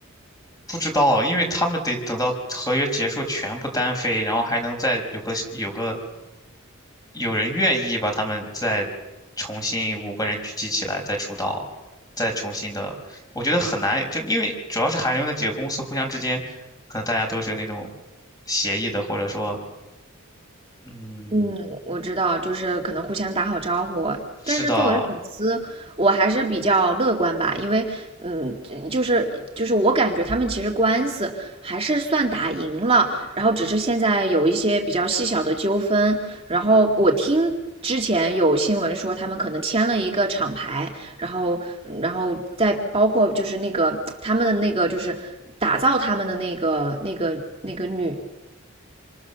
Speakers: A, on the left (about 20°); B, on the right (about 30°).
A: 不知道，因为他们得等到合约结束全部单飞，然后还能再有个有个有人愿意把他们再重新五个人聚集起来再出道，再重新的，我觉得很难，就因为主要是韩流那几个公司互相之间，可能大家都是有那种协议的，或者说，嗯，
B: 嗯，我知道，就是可能互相打好招呼。
A: 是的，
B: 但是作为粉丝，我还是比较乐观吧，因为嗯，就是就是我感觉他们其实官司还是算打赢了，然后只是现在有一些比较细小的纠纷。然后我听之前有新闻说他们可能签了一个厂牌，然后嗯然后再包括就是那个他们的那个就是打造他们的那个那个那个女